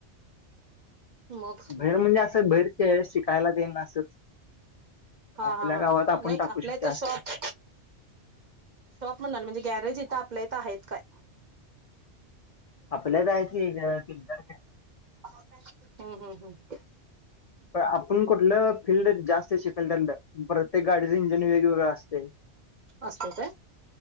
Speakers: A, on the right (about 50°); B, on the left (about 60°).
A: मग
B: बाहेर म्हणजे असं, बाहेर चे शिक शिकायला तेन असच.
A: हा
B: आपल्या
A: हा हा
B: गावात आपण
A: नाही
B: टाकू
A: आपल्या
B: शकतोय
A: इथं
B: असं.
A: शॉप शॉप म्हणाल. म्हणजे गॅरेज इथं आपल्या इथं हायेत काय?
B: आपल्या इथं आहे कि. <unintelligible>
A: हम्म हम्म हम्म.
B: प आपण कुठलं फील्ड जास्त शिकेल त्यातील. प्रत्येक गाडीचं इंजन वेगवेगळं असतय.
A: असतय काय?